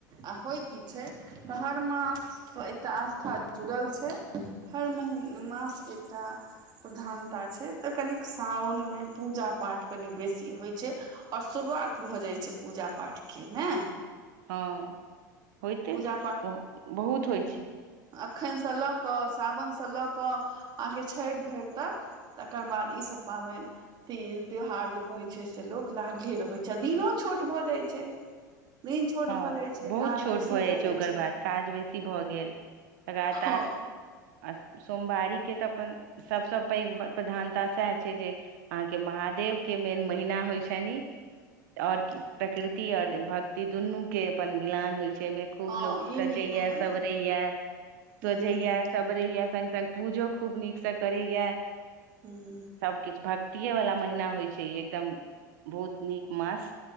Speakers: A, on the right; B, on the right.
A: आ होय की छै त हर मास सँ एकटा आस्था जुड़ल छै, हर मही मास के एकटा प्रधानता छै तऽ कनिक सावन मे पूजा-पाठ कनि बे सी होय छै और शुरुआत भऽ जाय छै पूजा-पाठ के नेै।
B: हां होयते
A: पूजा
B: छै उहो बहुत होय छै।
A: एखन सँ लऽ कऽ सावन सँ लऽ कऽ अहाँके छैठ धैर तक तकर बाद ई सब पाबैन तीज, त्यौहार जे कहै छै से लोक लागले रहै छै, दिनों छोट भऽ जाय छै। दिन छोट
B: हँ
A: भऽ जाय छै,
B: बहुत
A: काज
B: छोट
A: बेसी
B: भऽ जाइ
A: भऽ
B: छै
A: जाइ
B: ओकर
A: छै
B: बाद काज बेसी भऽ गेल, लगातार
A: हँ
B: आ सोमवारी के तऽ अपन सब सँ पैघ प्रधानता साएह छै जे अहाँ के महादेव के मेन महीना होय छैन ई। और कि प्रकृति और भक्ति दुनू के अपन मिलान होय छै एैय मे। खूब
A: हँ
B: लोक
A: ई
B: सजेैया,
A: नीक कहलियै
B: सवरेैया,
A: हूँ
B: त्वजेैया। सबरैया संग-संग पूजो खूब नीक से करैया।
A: हुं।
B: सब किछ भक्तिये वला महीना होय छै ई एकदम बहुत नीक मास।